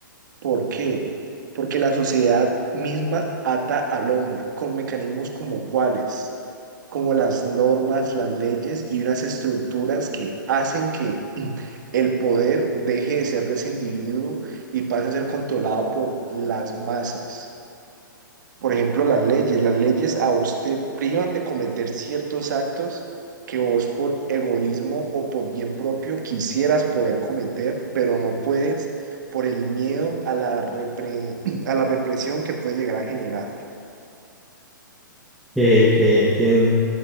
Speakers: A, on the right; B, in the centre.
A: ¿Por qué? Porque la sociedad misma ata al hombre con mecanismos como cuáles, como las normas, las leyes y unas estructuras que hacen que <clears throat> mm, el poder deje de ser de ese individuo y pase a ser controlado por las masas. Por ejemplo, las leyes. Las leyes a vos te privan de cometer ciertos actos que vos por egoísmo o por bien propio quisieras poder cometer, pero no puedes por el miedo a la repre- <clears throat> a la represión que puede llegar a generar.
B: eh, que entiendo.